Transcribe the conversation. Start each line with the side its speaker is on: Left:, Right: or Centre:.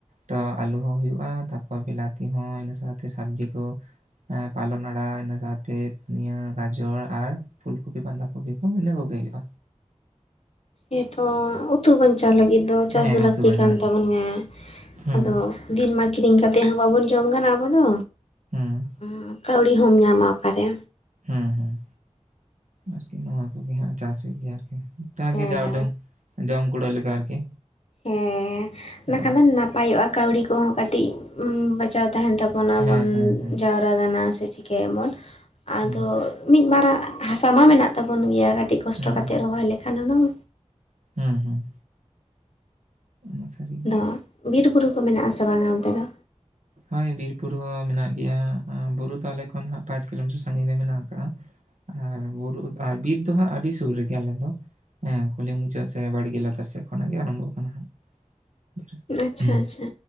Right: ᱛᱚ ᱟᱹᱞᱩ ᱦᱚᱸ ᱦᱩᱭᱩᱜᱼᱟ ᱛᱟᱯᱚᱨ ᱵᱮᱞᱟᱛᱤ ᱦᱚᱸ ᱤᱱᱟᱹ ᱥᱟᱶᱛᱮ ᱥᱟᱵᱽᱡᱤ ᱠᱚ ᱦᱮ ᱯᱟᱞᱚᱱ ᱟᱲᱟᱜ, ᱤᱱᱟᱹ ᱠᱷᱟᱛᱤᱨ ᱱᱤᱭᱟᱹ ᱜᱟᱡᱚᱨ ᱟᱨ ᱯᱷᱩᱞ ᱠᱚᱯᱤ, ᱵᱟᱸᱫᱷᱟ ᱠᱚᱯᱤ, ᱠᱩ ᱤᱱᱟᱹ ᱠᱚᱜᱮ ᱦᱩᱭᱩᱜᱭᱼᱟ
Left: ᱱᱤᱛᱚ ᱩᱛᱩ ᱵᱟᱧᱪᱟᱣ ᱞᱟᱹᱜᱤᱫ ᱫᱚ ᱪᱟᱥ
Right: ᱦᱮᱸ
Left: ᱫᱚ ᱞᱟᱹᱠᱛᱤ
Right: ᱩᱛᱩ ᱵᱟᱝ
Left: ᱠᱟᱱ
Right: ᱦᱮᱸ
Left: ᱛᱟᱵᱚᱱ ᱜᱮᱭᱟ
Right: ᱦᱩᱸ
Left: ᱟᱫᱚ ᱫᱤᱱ ᱢᱟ ᱠᱤᱨᱤᱧ ᱠᱟᱛᱮᱜ ᱦᱚᱸ ᱵᱟᱵᱚᱱ ᱡᱚᱢ ᱠᱟᱱᱟ ᱟᱵᱚ ᱫᱚ
Right: ᱦᱩᱸ
Left: ᱚᱱᱠᱟ <inaudible> ᱦᱚᱢ ᱧᱟᱢᱟ ᱚᱠᱟᱨᱮ
Right: ᱦᱩᱸ ᱦᱩᱸ ᱟᱨᱠᱤ ᱱᱚᱣᱟ ᱠᱚᱜᱤ ᱦᱟᱜ ᱪᱟᱥ ᱦᱩᱭᱩᱜ ᱜᱮᱭᱟ ᱟᱨᱠᱤ᱾ ᱚᱱᱠᱟ
Left: ᱦᱮᱸ
Right: ᱜᱮ ᱡᱟ ᱩᱰᱟᱝ ᱡᱚᱢ ᱠᱚᱲᱟᱹᱜ ᱞᱮᱠᱟ ᱟᱨᱠᱤ
Left: ᱦᱮᱸ
Right: ᱦᱮᱸ
Left: ᱵᱟᱠᱷᱟᱱ ᱫᱚ ᱱᱟᱯᱟᱭᱚᱜᱼᱟ ᱠᱟᱹᱣᱲᱤ ᱠᱚᱦᱚᱸ ᱠᱟᱹᱴᱤᱡ ᱵᱟᱪᱟᱣ ᱛᱟᱦᱮᱱ ᱛᱟᱵ ᱵᱚᱱ ᱟᱵᱚᱱ
Right: ᱦᱮᱸ ᱦᱮᱸ ᱦᱮᱸ
Left: ᱡᱟᱣᱨᱟ ᱠᱟᱱᱟ ᱥᱮ ᱪᱤᱠᱟᱭᱟᱵᱚᱱ ᱟᱫᱚ
Right: ᱦᱩᱸ
Left: ᱢᱤᱫᱵᱟᱨ ᱦᱟᱜ ᱦᱟᱥᱟ ᱢᱟ ᱢᱮᱱᱟᱜ ᱛᱟᱵᱚᱱ ᱜᱮᱭᱟ ᱠᱟᱹᱴᱤᱡ ᱠᱚᱥᱴᱚ
Right: ᱦᱩᱸ
Left: ᱠᱟᱛᱮᱜ
Right: ᱦᱩᱸ
Left: ᱨᱚᱦᱚᱭ ᱞᱮᱠᱷᱟᱱ ᱦᱩᱱᱟᱹᱝ
Right: ᱦᱩᱸ ᱦᱩᱸ ᱚᱱᱟ ᱥᱟᱹᱨᱤ
Left: ᱫᱟᱣᱟ ᱵᱤᱨ ᱵᱩᱨᱩ ᱠᱚ ᱢᱮᱱᱟᱜ-ᱟ ᱥᱮ ᱵᱟᱝᱟ ᱚᱱᱛᱮ ᱫᱚ?
Right: ᱦᱳᱭ ᱵᱤᱨ ᱵᱩᱨᱩ ᱦᱚᱸ ᱢᱮᱱᱟᱜ ᱜᱮᱭᱟ ᱵᱩᱨᱩ ᱛᱚ ᱟᱞᱮ ᱠᱷᱚᱱ ᱦᱟᱸᱜ ᱯᱟᱸᱪ ᱠᱤᱞᱳᱢᱤᱴᱟᱨ ᱥᱟᱹᱜᱤᱧ ᱨᱮ ᱢᱮᱱᱟᱜ ᱟᱠᱟᱜᱼᱟ᱾ ᱟᱨ ᱵᱩᱨᱩ ᱟᱨ ᱵᱤᱨ ᱫᱚ ᱦᱟᱸᱜ ᱟᱹᱰᱤ ᱥᱩᱨ ᱨᱮᱜᱮ ᱟᱞᱮ ᱫᱚ᱾ ᱦᱮᱸ ᱠᱩᱞᱤ ᱢᱩᱪᱟᱹᱜ ᱥᱮ ᱵᱟᱲᱜᱤ ᱞᱟᱛᱟᱨ ᱥᱮᱜ ᱠᱷᱚᱱᱟᱜ ᱜᱮ ᱟᱨᱟᱢᱵᱚᱜ ᱠᱟᱱᱟ᱾ ᱵᱤᱨ
Left: ᱟᱪᱪᱷᱟ
Right: ᱦᱩᱸ
Left: ᱟᱪᱪᱷᱟ᱾